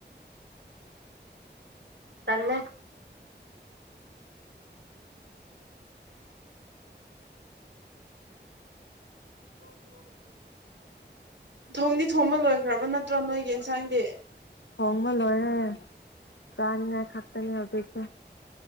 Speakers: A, on the right; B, on the left.
A: ꯇꯜꯂ‌ꯦ <inaudible> ꯊꯣꯡꯗꯤ ꯊꯣꯡꯕ ꯂꯣꯏꯈ꯭ꯔꯕ ꯅꯠꯇ꯭ꯔꯣ ꯅꯣꯏꯒꯤ ꯌꯦꯟꯁꯥꯡꯗꯤ
B: ꯊ‌ꯣꯡꯕ ꯂ‌ꯣꯏꯔꯦ ꯆꯥꯅꯤꯡꯉꯥꯏ ꯈꯥꯛꯇꯅꯦ ꯍꯧꯖꯤꯛꯁꯦ